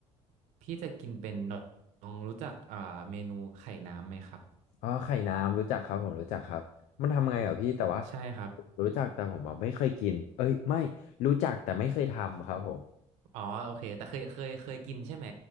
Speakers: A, on the right (about 85°); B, on the left (about 85°).
A: พี่จะกินเป็นน้องรู้จักเอ่อเมนูไข่น้ำไหมครับ
B: อ๋อไข่น้ำรู้จักครับผมรู้จักครับมันทำไงเหรอพี่แต่ว่า
A: ใช่ครับ
B: รู้จักแต่ผมอะไม่เคยกินเอ้ยไม่รู้จักแต่ไม่เคยทำครับผม
A: อ๋อ โอเคแต่เคยเคยเคยกินใช่ไหม